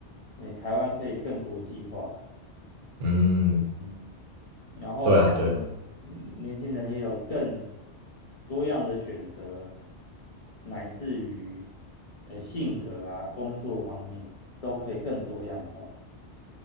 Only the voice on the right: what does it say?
嗯，
对啊，对啊。